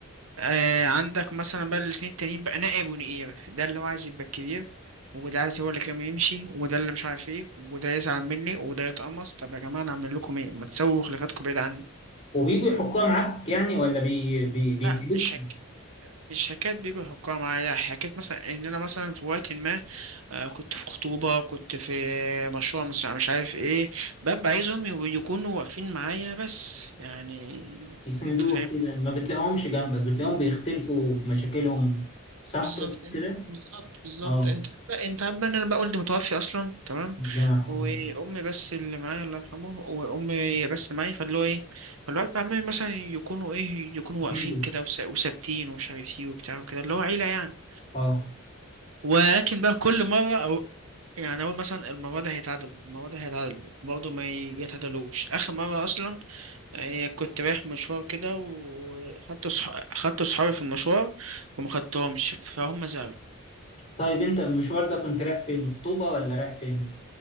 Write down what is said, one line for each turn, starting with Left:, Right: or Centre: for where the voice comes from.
Right: آه عندك مثلا بقى الاتنين التانيين بقى نائب ونقيب ده اللي هو عايز يبقى الكبير وده عايز هو اللي كان يمشي وده اللي مش عارف ايه وده يزعل مني وده يتقمص طب يا جماعة انا اعمل لكم ايه ما تسووا خلافاتكم بعيد عني
Left: وبيجوا يحكوها معاك يعني ولا بي بي بيتلوك
Right: لا مش هك... مش حكاية بيجوا يحكوها معايا حكاية مثلا ان انا مثلا في وقت ما آه كنت في خطوبة كنت في مشروع مش مش عارف ايه ببقى عايزهم يبقوا- يكونوا واقفين معايا بس يعني
Left: يسندوك
Right: انت
Left: كده ما بتلاقيهمش جنبك بتلاقيهم بيختلفوا في مشاكلهم صح
Right: بالظبط
Left: تقصد
Right: انت
Left: كده
Right: بالظبط بالظبط
Left: اه
Right: انت انت عارف بقى ان انا بقى والدي متوفي اصلا تمام
Left: ربنا يرحمهم
Right: وامي بس اللي معايا الله يرحمه وامي بس اللي معايا فاللي هو ايه فالوقت بقى عمامي مثلا يكونوا ايه يكونوا
Left: يسندوا
Right: واقفين كده وس- وثابتين ومش عارف ايه وبتاع وكده اللي هو عيله يعني
Left: اه
Right: ولكن بقى كل مره او يعني اقول مثلا المره دي هيتعادلوا المره دي هيتعادلوا برضه ما يتعادلوش اخر مره اصلا آه، كنت رايح مشوار كده وخدت صح... خدت صحابي في المشوار وما خدتهمش فهم زعلوا
Left: طيب انت المشوار ده كنت رايح فين خطوبه ولا رايح فين